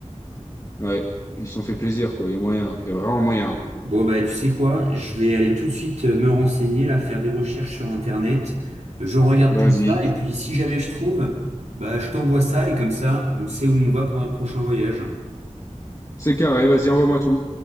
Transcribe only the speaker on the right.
Bon, bah, tu sais quoi? Je vais aller tout de suite euh, me renseigner, là, faire des recherches sur Internet. Je regarde
tout ça et puis si jamais je trouve, bah, je t'envoie ça et comme ça, on sait où on va pour notre prochain voyage.